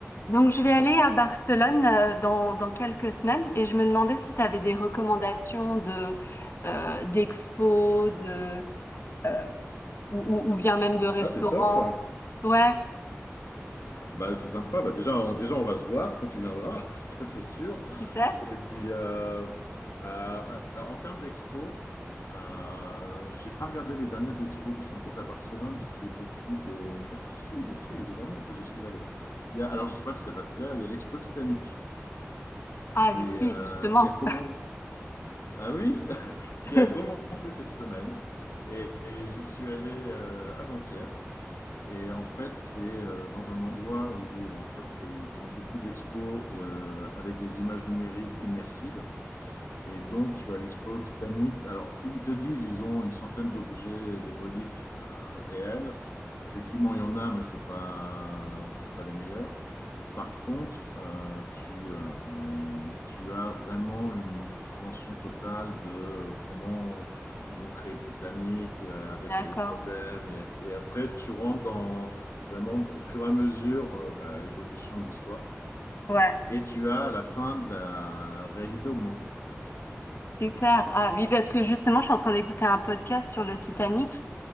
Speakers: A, on the left; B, on the left.
A: Donc, je vais aller à Barcelone euh, dans, dans quelques semaines et je me demandais si tu avais des recommandations de euh, d'expos, de euh, ou, ou- ou bien même de restaurants.
B: Ah, c'est top ça.
A: Ouais,
B: Bah, c'est sympa. Bah, déjà, on, déjà, on va se voir quand tu viendras, <laughs> ça c'est sûr.
A: super.
B: Et puis, euh, euh, alors, en termes d'expo, euh, j'ai pas regardé les dernières expos parce qu'en fait, à Barcelone, c'est beaucoup de. Ah, si, si, bien sûr, évidemment. Toi, j'y suis allé. Il y a, alors, je sais pas si ça va te plaire. Il y a l'expo Titanic
A: Ah,
B: qui,
A: si,
B: euh,
A: justement.
B: qui a commencé. Ah oui, <laughs> qui
A: <laughs>
B: a commencé cette semaine. Et, et j'y suis allé euh, avant-hier. Et en fait, c'est euh, dans un endroit où en fait ils font beaucoup d'expos euh, avec des images numériques immersives. Et donc, tu as l'expo Titanic. Alors, ils te disent, ils ont une centaine d'objets, des reliques euh, réelles. Effectivement, il y en a, mais c'est pas, c'est pas les meilleurs. Par contre, euh, tu, euh, tu as vraiment une compréhension totale de comment ils ont créé le Titanic euh, avec
A: D'accord.
B: les problèmes. Et, et après, tu rentres dans vraiment au fur et à mesure euh, bah, l'évolution de l'histoire.
A: Ouais,
B: Et tu as à la fin de la réalité augmentée.
A: super. Ah oui, parce que justement, je suis en train d'écouter un podcast sur le Titanic